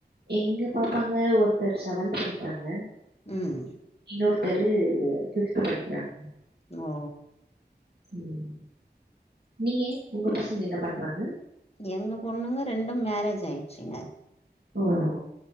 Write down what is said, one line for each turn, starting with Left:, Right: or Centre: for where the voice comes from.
Right: எங்க பாப்பாங்க ஒருத்தர் செவன்த் படிக்றாங்க
Left: ம்
Right: இன்னொருத்தரு சிக்த் படிக்கிறாங்
Left: ஓ
Right: ம் நீங்க உங்க பசங்க என்ன பண்றாங்க
Left: எங்க பொண்ணுங்க ரெண்டும் மேரேஜ் ஆயிச்சிங்க
Right: ஓஹோ